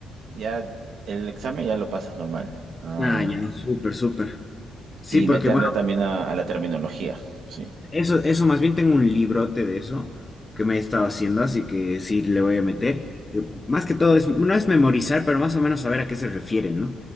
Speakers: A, on the right; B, on the left.
A: ya el examen ya lo pasas normal. Ah,
B: Ah, ya, súper, súper. Sí,
A: y
B: porque
A: meterle también a, a la terminología. Sí,
B: Eso, eso, más bien tengo un librote de eso que me he estado haciendo, así que sí le voy a meter. Eh, Más que todo, es, no es memorizar, pero más o menos saber a qué se refieren, ¿no?